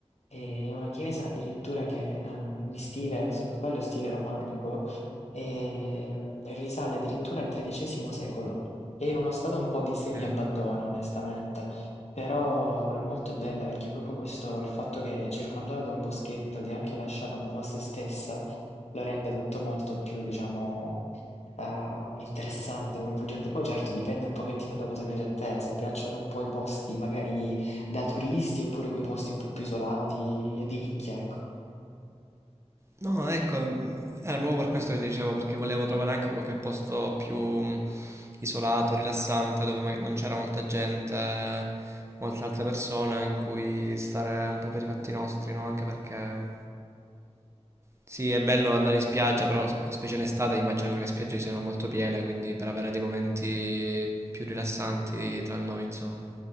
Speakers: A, on the left; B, on the right.
A: è una chiesa addirittura che, ehm, in stile se non sbaglio stile romanico, ehm, e risale addirittura al XIII secolo. È in uno stato un po' di semi-abbandono
B: Che-
A: onestamente, però è molto bella perché proprio questo il fatto che è circondata da un boschetto ed è anche lasciata un po' a se stessa, lo rende tutto molto più diciamo, ehm, interessante, coinvolgente. Poi certo dipende un pochettino da cosa piace a te, se piacciono un po' i posti magari da turisti oppure quei posti un po' più isolati e di nicchia, ecco.
B: No, ecco, era proprio per questo che ti dicevo, perché volevo trovare anche qualche posto più mh, isolato, rilassante, dove magari non c'era molta gente, molte altre persone in cui stare un po' per i fatti nostri, no? Anche perché sì, è bello andare in spiaggia, però sp- specie l'estate immagino che le spiagge siano molto piene, quindi per avere dei momenti più rilassanti tra noi, insomma.